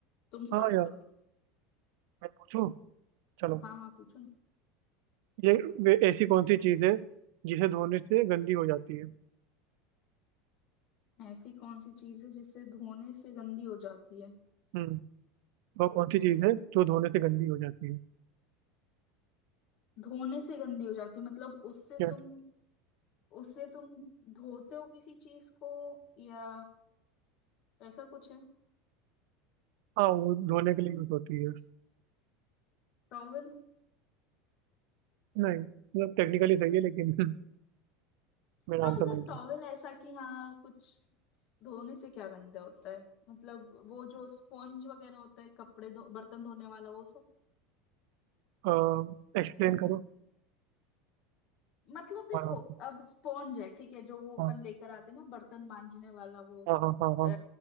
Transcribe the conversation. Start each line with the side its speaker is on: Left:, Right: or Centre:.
Left: तुम
Right: हाँ
Left: स्टार्ट
Right: यार
Left: करो
Right: मैं पूछूं चलो
Left: हाँ हाँ पूछो
Right: ये वे ऐसी कौन सी चीज़ है जिसे धोने से गंदी हो जाती है
Left: ना ऐसी कौन सी चीज है जिससे धोने से गंदी हो जाती है
Right: हम्म वो कौन सी चीज़ है जो धोने से गंदी हो जाती है
Left: धोने से गंदी हो जाती है मतलब उससे
Right: क्या
Left: तुम उससे तुम धोते हो किसी चीज को या ऐसा कुछ है
Right: हाँ वो धोने के लिए यूज होती है
Left: टॉवल
Right: नहीं मतलब टेक्निकली सही है लेकिन <laughs> मेरा
Left: हाँ
Right: आंसर
Left: मतलब
Right: नहीं
Left: टॉवेल
Right: है
Left: ऐसा कि हाँ कुछ धोने से क्या गंदा होता है मतलब वो जो स्पॉन्ज वगैरह होता है कपड़े धो बर्तन धोने वाला वो सब
Right: एक्सप्लेन करो
Left: मतलब देखो
Right: हाँ
Left: अब स्पॉन्ज है ठीक है जो वो
Right: हाँ
Left: अपन लेकर आते हैं ना बर्तन मांजने वाला वो
Right: हाँ हाँ हाँ हाँ
Left: आ,